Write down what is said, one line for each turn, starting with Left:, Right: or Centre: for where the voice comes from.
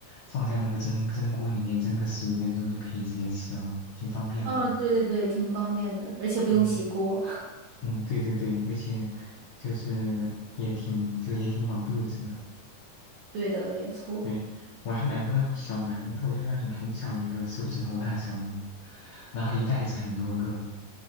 Left: 放在那个蒸蒸锅里面蒸个十五分钟就可以直接吃了，挺方便的。
Right: 哦，对对对，挺方便的，而且不用洗锅。
Left: 嗯，嗯，对对对，而且就是也挺就也挺饱肚子的。
Right: <laughs> 对的，没错。
Left: 对，我还买过那种小馒头，就那种很小一个，手指头大小的，然后一袋子很多个